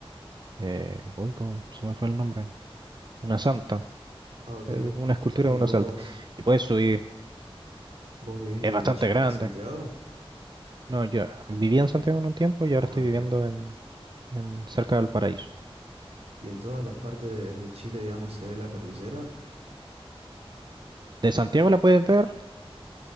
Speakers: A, on the right; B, on the right.
A: Eh, uy, ¿cómo se me fue el nombre? Una santa,
B: Ah, ok.
A: eh, una escultura
B: ¿Y
A: de una
B: vos,
A: santa. Y puedes subir,
B: vos vivís
A: es
B: en,
A: bastante
B: Chi-
A: grande.
B: en Santiago?
A: No, yo vivía en Santiago en un tiempo y ahora
B: Ah,
A: estoy
B: ok.
A: viviendo en, en cerca del Paraíso.
B: ¿Y en todas las partes de Chile, digamos, se ve la cordillera?
A: De Santiago la puedes ver